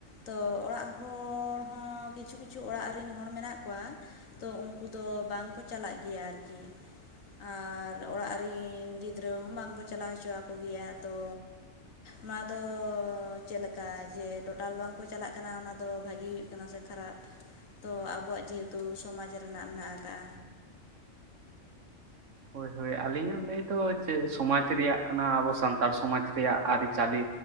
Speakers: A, on the left; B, on the right.
A: ᱛᱚ ᱚᱲᱟᱜ ᱦᱚᱲ ᱦᱚᱸ ᱠᱤᱪᱷᱩ ᱠᱤᱪᱷᱩ ᱚᱲᱟᱜ ᱨᱮᱱ ᱦᱚᱲ ᱢᱮᱱᱟᱜ ᱠᱚᱣᱟ ᱛᱚ ᱩᱱᱠᱩ ᱫᱚ ᱵᱟᱝᱠᱚ ᱪᱟᱞᱟᱜ ᱜᱮᱭᱟ ᱟᱨᱠᱤ ᱟᱨ ᱚᱲᱟᱜ ᱨᱤᱱ ᱜᱤᱫᱽᱨᱟᱹ ᱦᱚ ᱵᱟᱝᱠᱚ ᱪᱟᱞᱟᱣ ᱦᱚᱪᱚ ᱟᱠᱚ ᱜᱮᱭᱟ ᱛᱚ ᱱᱚᱣᱟ ᱫᱚ ᱪᱮᱫᱞᱮᱠᱟ ᱡᱮ ᱴᱳᱴᱟᱞ ᱵᱟᱝᱠᱚ ᱪᱟᱞᱟᱜ ᱠᱟᱱᱟ ᱚᱱᱟ ᱫᱚ ᱵᱷᱟᱜᱤ ᱠᱟᱱᱟ ᱥᱮ ᱠᱷᱟᱨᱟᱯ ᱛᱚ ᱟᱵᱚᱣᱟᱜ ᱡᱮᱦᱮᱛᱩ ᱥᱚᱢᱟᱡᱽ ᱨᱮᱱᱟᱜ ᱢᱮᱱᱟᱜ ᱟᱠᱟᱜᱼᱟ
B: ᱦᱳᱭ ᱦᱳᱭ ᱟᱹᱞᱤᱧᱟᱜ ᱞᱟᱹᱭ ᱫᱚ ᱪᱮᱫ ᱥᱚᱢᱟᱡᱽ ᱨᱮᱭᱟᱜ ᱠᱟᱱᱟ ᱟᱵᱚ ᱥᱟᱱᱛᱟᱲ ᱥᱚᱢᱟᱡᱽ ᱨᱮᱭᱟᱜ ᱟᱹᱨᱤ ᱪᱟᱹᱞᱤ